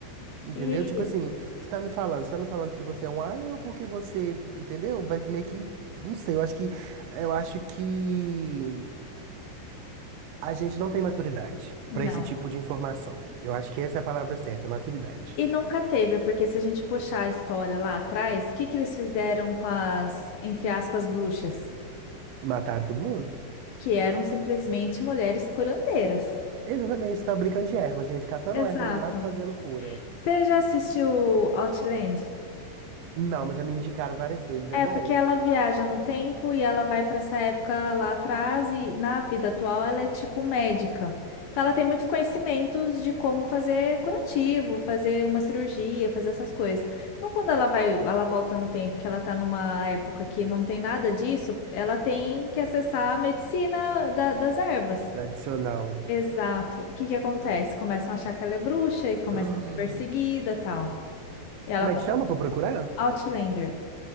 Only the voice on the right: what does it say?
Entendeu?
Tipo assim, você tá me falando, você tá me falando porque você é um alien ou porque você, entendeu? Vai meio que, não sei, eu acho que eu acho que a gente não tem maturidade
pra esse tipo de informação. Eu acho que essa é a palavra certa, maturidade.
Mataram todo mundo?
Exatamente, tá brincando de erva, gente, catando
erva no mato, fazendo cura.
Não, mas já me indicaram várias vezes,
é bom.
Tradicional.
Ah,
Como
é que chama? Vou procurar?